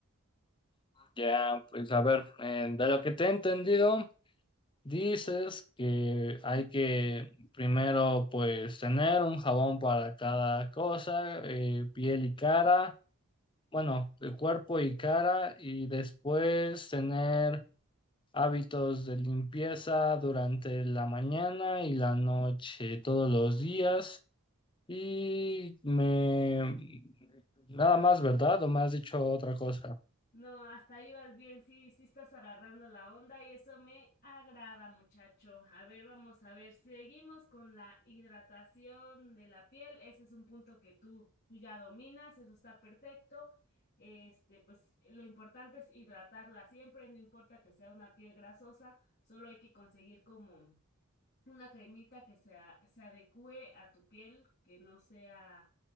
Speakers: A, on the left; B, on the left.
A: Ya, pues a ver, eh, de lo que te he entendido, dices que hay que primero pues tener un jabón para cada cosa, eh, piel y cara, bueno, el cuerpo y cara, y después tener Hábitos de limpieza durante la mañana y la noche, todos los días. Y me... Nada más, ¿verdad? ¿O me has dicho otra cosa?
B: No, hasta ahí vas bien, sí, sí estás agarrando la onda y eso me agrada, muchacho. A ver, vamos a ver, seguimos con la hidratación de la piel. Ese es un punto que tú, tú ya dominas, eso está perfecto. Este, pues lo importante es hidratarla siempre, no importa que sea una piel grasosa, solo hay que conseguir como una cremita que se, a- se adecue a tu piel, que no sea